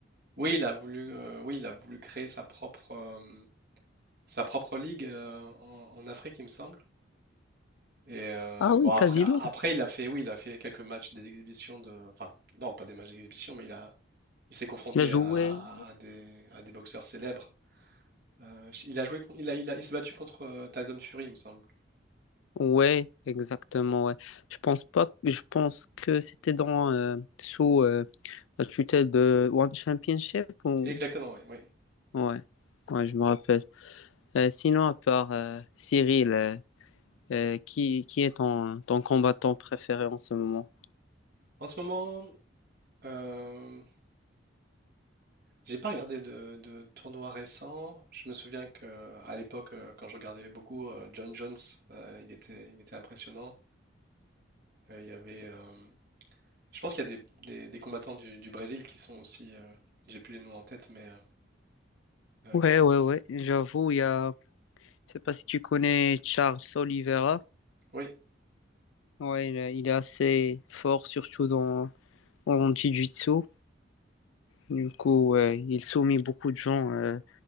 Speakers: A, on the right (about 50°); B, on the left (about 85°).
A: Oui, il a voulu, euh, oui, il a voulu créer sa propre, euh, sa propre ligue euh, en, en Afrique, il me semble. Et euh,
B: Ah
A: bon,
B: oui,
A: après,
B: quasiment.
A: après, il a fait, oui, il a fait quelques matchs des exhibitions de, enfin, non, pas des matchs d'exhibition, mais il a, il s'est confronté
B: Il a joué.
A: à, à des, à des boxeurs célèbres Euh, il a joué, con- il a, il a- il s'est battu contre euh, Tyson Fury, il me semble.
B: Ouais, exactement. ouais. Je pense pas, je pense que c'était dans euh, sous euh, la tutelle de One Championship ou...
A: Exactement, oui, oui.
B: Ouais, ouais, je me rappelle. Euh, sinon, à part euh, Cyril, euh, euh, qui, qui est ton, ton combattant préféré en ce moment?
A: En ce moment, euh, j'ai pas regardé de, de tournoi récent. Je me souviens que à l'époque, euh, quand je regardais beaucoup euh, John Jones, euh, il était, il était impressionnant. Euh, il y avait, euh, je pense qu'il y a des, des- des combattants du, du Brésil qui sont aussi, euh, j'ai plus les noms en tête, mais euh, euh,
B: Ouais,
A: qui s-
B: ouais, ouais, j'avoue, il y a... Je sais pas si tu connais Charles Oliveira.
A: oui.
B: Ouais, il, est- il est assez fort, surtout dans en jiu-jitsu. Du coup, ouais, il soumet beaucoup de gens euh,